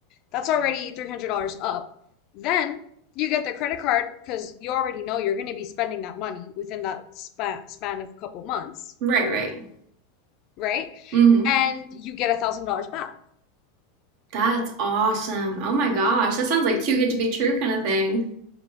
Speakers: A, on the left; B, on the right.
A: That's already $300 up. Then you get the credit card because you already know you're gonna be spending that money within that span span of a couple months,
B: Right, right.
A: right?
B: Mm-hmm.
A: And you get a $1,000 back.
B: That's awesome. Oh my gosh. That sounds like too good to be true kind of thing.